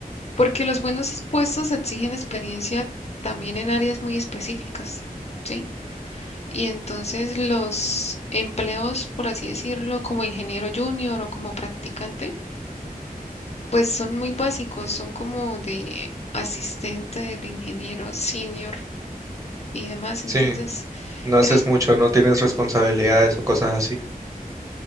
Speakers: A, on the left; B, on the right.
A: Porque los buenos puestos exigen experiencia también en áreas muy específicas. ¿sí? Y entonces los empleos, por así decirlo, como ingeniero junior o como practicante, pues son muy básicos, son como de asistente del ingeniero senior y demás. Entonces,
B: sí, no haces
A: eso es,
B: mucho, no tienes responsabilidades o cosas así,